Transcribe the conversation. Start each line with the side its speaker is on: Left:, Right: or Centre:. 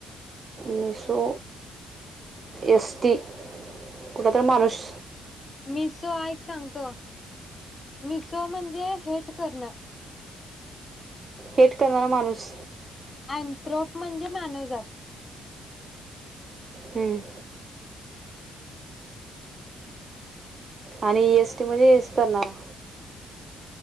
Right: मीसो एसटी कुठ तर माणूस.
Left: मिसो ऐक सांगतो, मिसो म्हणजे हेट करण.
Right: हेट करणारा माणूस.
Left: अनथ्रोप म्हणजे मानवजात.
Right: हम आणि ईएसटी म्हणजे येस करणारा.